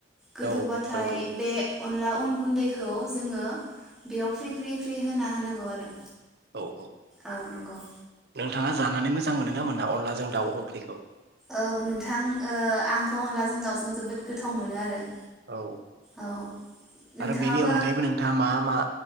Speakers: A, in the centre; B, on the right (about 55°).
A: गोदौ
B: औ
A: बाथाय
B: नंगौ
A: बे अनला अन गुन्दैखौ जोङो बेयाव फ्रि फ्रि फ्रि होना होनांगौ आरो।
B: औ औ
A: औ नंगौ
B: नोंथाङा जानानै मोजां मोनो ना मोना अनलाजों दाउ ओंख्रिखौ?
A: औ नोंथां ओ आंथ' अनलाजों दाउजों जोबोद गोथाव मोनो आरो।
B: औ
A: औ नोंथाङाबो
B: आरो बेनि अनगायैबो नोंथाङा मा मा